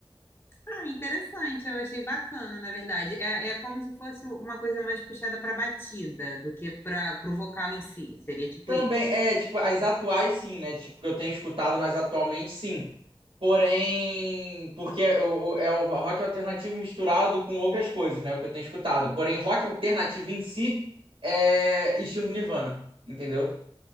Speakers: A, on the left (about 25°); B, on the right (about 70°).
A: Ah, interessante, eu achei bacana, na verdade. É, é como se fosse uma coisa mais puxada para batida do que para o vocal em si. Seria tipo
B: Também,
A: isso.
B: é, tipo, as atuais sim, né? Tipo, que eu tenho escutado, mas atualmente sim. Porém, porque o- o- é o rock alternativo misturado com outras coisas, né? O que eu tenho escutado. Porém, rock alternativo em si é estilo Nirvana, entendeu?